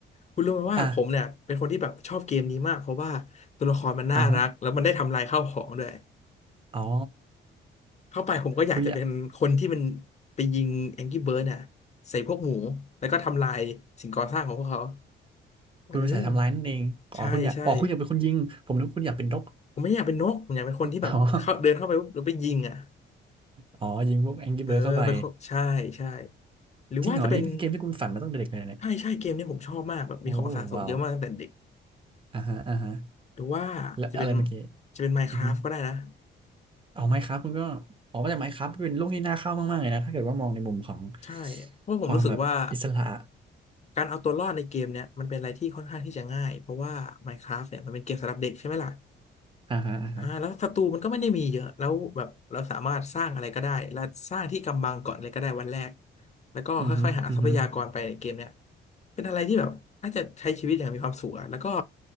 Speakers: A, on the left; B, on the right.
A: คุณรู้ไหมว่าผมเนี่ยเป็นคนที่แบบชอบเกมนี้มากเพราะว่าตัวละครมันน่ารักแล้วมันได้ทำลายข้าวของด้วย
B: อ่ะอ่าฮะอ๋อ
A: เข้าไปผมก็อยากจะเป็นคนที่มัน
B: คุณอยาก
A: ไปยิง Angry Bird น่ะใส่พวกหมูแล้วก็ทำลายสิ่งก่อสร้างของพวกเขาเออ
B: คุณเป็นสายทำร้ายนั่นเองอ๋อคุณอยากอ๋อคุณอยากเป็นคนยิงผมนึกว่าคุณอยากเป็นนก
A: ใช่ใช่ ผมไม่อยากเป็นนกผมอยากเป็นคนที่แบบเข้าเดินเข้าไปปุ๊บแล้วไปยิงอ่ะ
B: อ๋ออ๋อยิงพวกแองกี้เบิร์ดเข้าไป
A: เออไปเข้าใช่ใช่หรือว่าจะเป็น
B: จริงเหรอนี่เป็นเกมที่คุณฝันมาตั้งแต่เด็กเลยเนี่ย
A: ใช่ใช่เกมเนี้ยผมชอบมากแบบมีของสะสมเยอะมากตั้งแต่เด็ก
B: โอ้ว้าวอ่าฮะอ่าฮะ
A: หรือว่าจะเป็น
B: และอะไรเมื่อกี้
A: จะเป็น Minecraft
B: อือฮึ
A: ก็ได้นะ
B: เอาไมครับคุณก็ออกมาจากไมครับเป็นโลกที่น่าเข้ามากๆเลยนะถ้าเกิดว่ามองในมุมของ
A: ใช่เพราะผมรู้สึกว่า
B: ความแบบอิสระ
A: การเอาตัวรอดในเกมเนี้ยมันเป็นอะไรที่ค่อนข้างที่จะง่าย เพราะว่า Minecraft เนี่ยมันเป็นเกมสำหรับเด็กใช่ไหมล่ะ
B: อ่าฮะอ่าฮะ
A: อ่าแล้วศัตรูมันก็ไม่ได้มีเยอะแล้วแบบเราสามารถสร้างอะไรก็ได้และสร้างที่กำบังก่อนเลยก็ได้วันแรกแล้วก็ค่อยๆหาทรัพยากรไปเกมเนี้ย
B: อือฮึอือฮึ
A: เป็นอะไรที่แบบน่าจะใช้ชีวิตอย่างมีความสุขอะแล้วก็